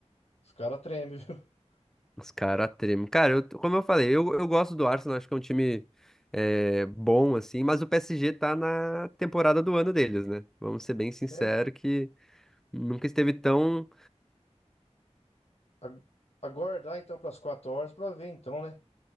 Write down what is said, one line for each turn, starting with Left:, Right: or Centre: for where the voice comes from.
Left: Os caras tremem, viu? <laughs>
Centre: Os caras tremem. Cara, eu- como eu falei, eu, eu gosto do Arsenal, acho que é um time é, bom, assim, mas o PSG tá na temporada do ano deles, né? Vamos ser bem sinceros
Left: É.
Centre: que nunca esteve tão.
Left: a- Aguardar então pras quatro horas pra ver então, né?